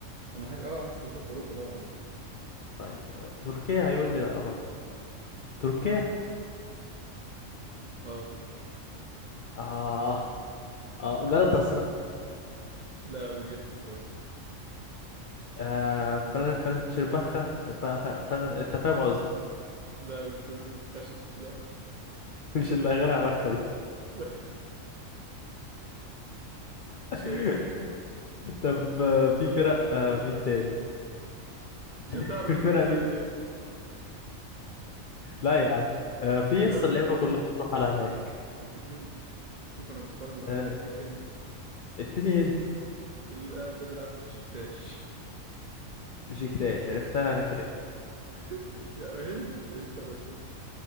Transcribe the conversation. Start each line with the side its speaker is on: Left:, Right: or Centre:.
Right: انا حاسس اه حاسس تركيا في اوروبا طبعا
Left: طيب تركيا هيقول لي لا برضه تركيا
Right: اه اه تركيا
Left: اه اه جالاتا
Right: لا مش جلطة سراي.
Left: آه فرن فرنشربخة ف- ف- فن انت فاهم قصدي
Right: لا مش فلفل مش خشب لا
Left: <laughs> مش اللي غيرها بخة دي
Right: لا
Left: <laughs>
Right: شيء
Left: طب آه، في فرق آه مين تاني
Right: مش هتعرف
Left: <laughs> في فرق
Right: انت تجيب
Left: مين
Right: حد تاني
Left: لا يا عم آه في
Right: يا
Left: يس
Right: عم
Left: اللعيبة
Right: اديك
Left: كلها
Right: هند
Left: بتروح على هناك
Right: اديك هند شوف انا محترم ازاي
Left: آه
Right: اديك هند
Left: اديني انت
Right: اللاعب ده بيلعب في بشكتاش
Left: بشكتاش عرفتها انا كده
Right: <laughs> مش هند هند ولا مش هند